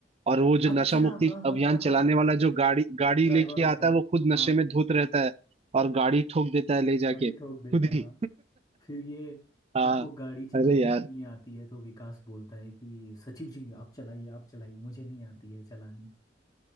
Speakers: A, on the right; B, on the left.
A: और वो जो
B: अच्छा
A: नशा मुक्ति
B: हाँ हाँ
A: अभियान
B: हाँ
A: चलाने
B: हाँ हाँ
A: वाला जो गाड़ी गाड़ी
B: ड्राइवर
A: लेके
B: होता
A: आता है
B: है
A: वो खुद
B: हाँ
A: नशे में धुत रहता है और गाड़ी ठोक देता है ले जाके
B: गाड़ी
A: खुद
B: ठोक देता है
A: ही
B: हाँ फिर ये
A: हाँ
B: इनको गाड़ी चलानी
A: अरे यार
B: भी नहीं आती है तो विकास बोलता है कि सचिव जी आप चलाइए आप चलाइए मुझे नहीं आती है चलानी